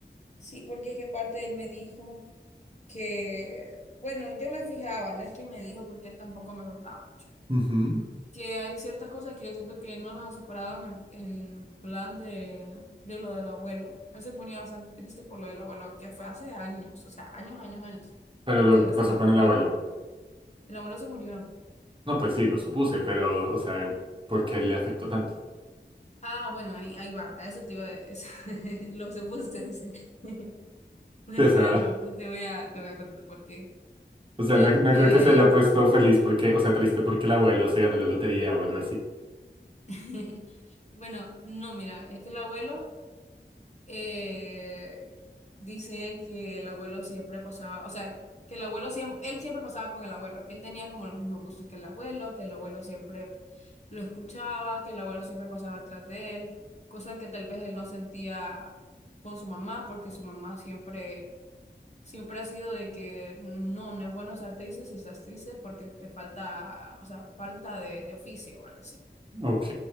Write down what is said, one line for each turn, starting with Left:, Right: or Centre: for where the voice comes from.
Left: sí, porque es que en parte él me dijo que, bueno, yo me fijaba, no es que me dijo porque él tampoco me contaba.
Right: Ujú.
Left: que hay ciertas cosas que yo siento que no las ha superado en, el- en plan de, de lo del abuelo. Él se ponía bastante triste por lo del abuelo, que fue hace años, o sea, años, años, años,
Right: Pero
Left: de
Right: lo
Left: que él estaba
Right: que pasó con
Left: pequeño.
Right: el abuelo.
Left: El abuelo se murió.
Right: No, pues sí, lo supuse, pero, o sea, ¿por qué le afectó tanto?
Left: Ah, bueno, ahí, ahí va, a eso te iba a eso- <laughs> lo supuse, dice. <laughs> Bueno,
Right: Sí, o
Left: espérame,
Right: sea,
Left: yo te voy a, te voy a contar por qué.
Right: o sea,
Left: Eh,
Right: no, no
Left: eh,
Right: creo que se haya puesto feliz porque, o sea, triste porque el abuelo se ganó la lotería o algo así.
Left: <laughs> bueno, no, mira, es que el abuelo... eh, dice él que el abuelo siempre pasaba, o sea, que el abuelo siempre, él siempre pasaba con el abuelo, que él tenía como los mismos gustos que el abuelo, que el abuelo siempre lo escuchaba, que el abuelo siempre pasaba atrás de él, cosa que tal vez él no sentía con su mamá, porque su mamá siempre, siempre ha sido de que no, no es bueno estar triste si estás triste porque te falta, o sea, falta de, de oficio o algo así.
Right: Ok,